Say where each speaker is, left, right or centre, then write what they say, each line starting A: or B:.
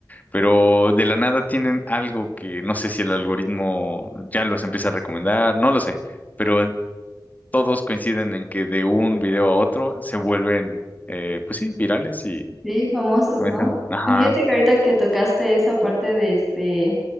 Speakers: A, on the left (about 20°); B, in the centre.
A: pero de la nada tienen algo que no sé si el algoritmo ya los empieza a recomendar, no lo sé. Pero todos coinciden en que de un video a otro se vuelven, eh, pues sí, virales y
B: Sí, famosos,
A: comienzan,
B: ¿no?
A: ajá,
B: Fíjate que ahorita que tocaste esa parte de este,